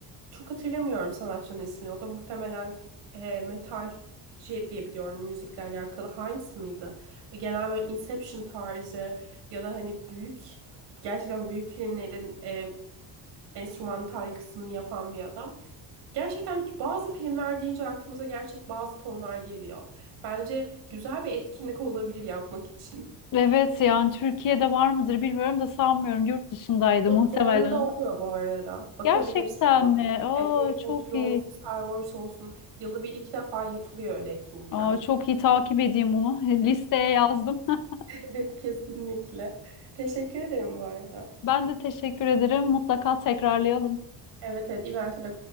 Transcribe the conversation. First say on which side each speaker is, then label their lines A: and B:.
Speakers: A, on the right; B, on the left.
A: çok hatırlamıyorum sanatçının ismini. O da muhtemelen e, metalci diye biliyorum müzikle alakalı. Heinz mıydı? Genel böyle Inception tarzı ya da hani büyük gerçekten büyük filmlerin e, enstrümantal kısmını yapan bir adam. Gerçekten bazı filmler deyince aklımıza gerçek bazı tonlar geliyor. Bence güzel bir etkinlik olabilir yapmak için.
B: evet yani Türkiye'de var mıdır bilmiyorum da sanmıyorum. Yurt dışındaydı
A: Z-
B: muhtemelen
A: Zorlu da
B: o.
A: oluyor bu arada. Bakabilirsin
B: Gerçekten
A: Zorlu.
B: mi? Aa,
A: Evet Harry Potter
B: çok
A: olsun,
B: iyi.
A: Star Wars olsun. Yılda bir iki defa yapılıyor öyle etkinlikler.
B: Aa, çok iyi takip edeyim bunu. <laughs> Listeye yazdım. <laughs>
A: Kesinlikle. <laughs> Kesinlikle. Teşekkür ederim bu arada.
B: Ben de teşekkür ederim. Mutlaka tekrarlayalım.
A: Evet evet eventi de